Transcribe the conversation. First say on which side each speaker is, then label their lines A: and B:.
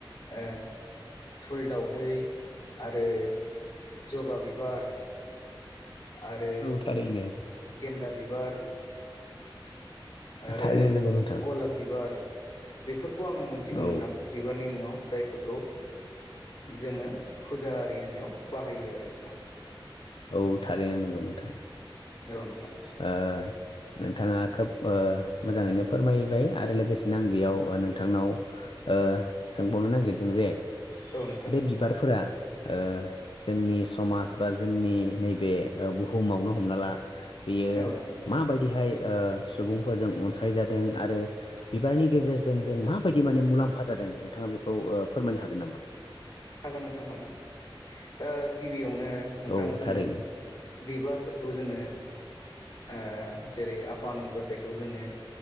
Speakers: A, on the left; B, on the left.
A: ए फुल दाावदै आरो जबा बिबार आरो
B: औ थारैनो
A: गेन्दा बिबार आरो
B: थारैनो नंगौ नोंथां
A: गलाब बिबार बेफोरखौ आङो मोनथिगौ
B: औ
A: नोंथां बिबारनि मुङाव जायफोरखौ जोङो फुजा होनो बाहायो आरो नोंथां
B: औ थारैनो नोंगौ नोंथां
A: औ नोंथां
B: ओ नोंथाङा खोब ओ मोजाङैनो फोरमायबाय आरो लोगोसेनो आं बेयाव नोंथांनाव ओ सोंबावनो नागिरदों जे
A: औ नोंथां
B: बे बिबारफोरा ओ जोंनि समाज बा जोंनि नैबे बुहुमावनो हमना ला बेयो
A: औ नोंथां
B: माबायदिहाय ओ सुबुंफोरजों अनसायज जादों आरो बिबारनि गेजेरजों जों माबायदि माने मुलाम्फा जादों नोंथाङा बेखौ ओ फोरमायनो हागोन नामा
A: हागोन नोंथां हागोन ओ गिबियावनो नोंथां
B: औ
A: जोङो
B: थारैनो
A: बिबारफोरखौ जोङो ओ जेरै आफा आनान गसायखौ जोङो